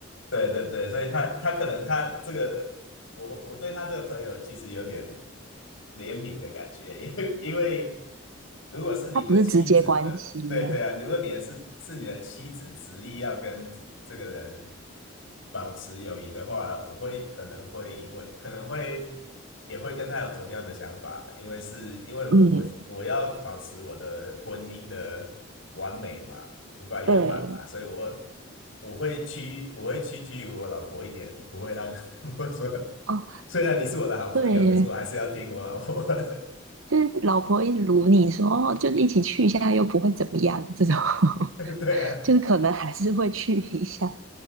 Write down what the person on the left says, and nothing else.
对对对，所以他他可能他这个，我我对他这个朋友其实有点怜悯的感觉，<laughs> 因为因为如果是你的妻子的，
对对啊，如果你的是是你的妻子执意要跟这这个人保持友谊的话，我会可能会因为可能会也会跟他有同样的想法，因为是因为我我要保持我的婚姻的完美嘛。
我把圆满吧，
所以我我会屈我会屈居于我老婆一点，不会让 <laughs> 不会说，
虽然你是我的好朋友，
可是我还是要听我老婆的。
<laughs> 对啊，